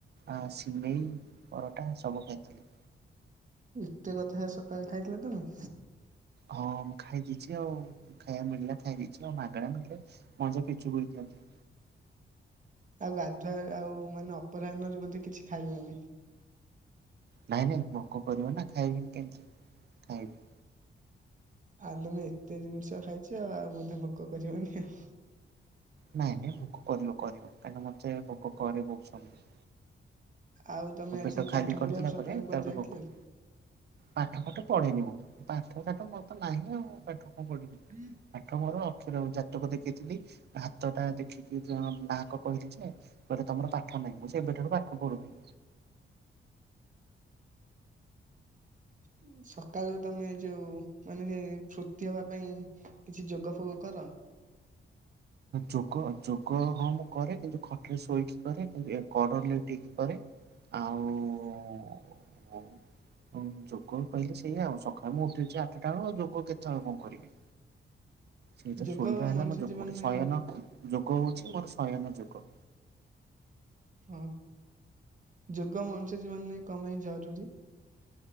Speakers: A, on the right; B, on the right.
A: ଆ ସିମେଇ, ପରଟା ସବୁ ଖାଇଥିଲି।
B: ଏତେ କଥା ହେ ସକାଳେ ଖାଇଥିଲ ତମେ?
A: ହଁ ମୁଁ ଖାଇଦେଇଛି ଆଉ, ଖାଇବା ମିଳିଲା ଖାଇଦେଇଛି ଆଉ ମାଗଣା ମିଳିଲା। ମଜା ପିଚୁ କରି ଦିଅନ୍ତୁ।
B: ଆଉ ଗାଧୁଆ ଆଉ ମାନେ ଅପରାହ୍ନରେ ବୋଧେ କିଛି ଖାଇବନି?
A: ନାଇଁ ନାଇଁ ଭୋକ କରିବ ନା ଖାଇବିନି କେମିତି, ଖାଇବି।
B: ଆଉ ତମେ ଏତେ ଜିନିଷ ଖାଇଛ ଆଉ ବୋଧେ ଭୋକ କରିବନି ଆଉ।
A: ନାଇଁ ନାଇଁ ଭୋକ କରିବ କରିବ କାହିଁକିନା ମତେ ଭୋକ କରେ ବହୁତ ସମୟ।
B: ଆଉ ତମେ
A: ମୋ
B: ଆଜି
A: ପେଟ ଖାଲି
B: ପାଠ ପଢିବାକୁ
A: କରିଦେଲା
B: ସକାଳୁ
A: ପରେ
B: କୁଆଡେ
A: ତାପରେ
B: ଯାଇଥିଲ
A: ଭୋକ
B: କି?
A: ପାଠ ପାଠ ପଢେନି ମୁଁ ପାଠ ସାଠ ମୋର ତ ନାହିଁ ଆଉ ପାଠ କଣ ପଢିବି।
B: ବି
A: ପାଠ ମୋର ଅକ୍ଷର ଜାତକ ଦେଖେଇଥିଲି ହାତ ଟା ଦେଖିକି ଜଣ ନାହାକ କହିଲି ଯେ, କହିଲେ ତମର ପାଠ ନାହିଁ। ମୁଁ ସେବେଠାରୁ ପାଠ ପଢୁନି।
B: ହୁଁ। ସକାଳୁ ତମେ ଯୋଉ ମାନେ ଫୁର୍ତ୍ତି ହେବା ପାଇଁ କିଛି ଯୋଗ ଫୋଗ କର?
A: ଯୋଗ ଯୋଗ ହଁ ମୁଁ କରେ କିନ୍ତୁ ଖଟରେ ଶୋଇକି କରେ କିନ୍ତୁ ଏ କଡ ଲେଉଟିକି କରେ ଆଉ ହଁ ଯୋଗ କହିଲେ ସେଇଆ ଆଉ ସଖାଳେ ମୁଁ ଉଠୁଛି ଆଠଟା ବେଳ ଯୋଗ କେତେବେଳେ କଣ କରିବି? ସେଇଟା
B: ଯୋଗ
A: ଶୋଇବା ହେଲା
B: ମଣିଷ
A: ମୁଁ ଯୋଗ
B: ଜୀବନରେ
A: କରୁଚି। ଯୋଗ ହଉଛି ମୋର ଶୟନ ଯୋଗ।
B: ହଁ ଯୋଗ ମଣିଷ ଜୀବନରେ କମ ପାଇଁ ଜରୁରୀ?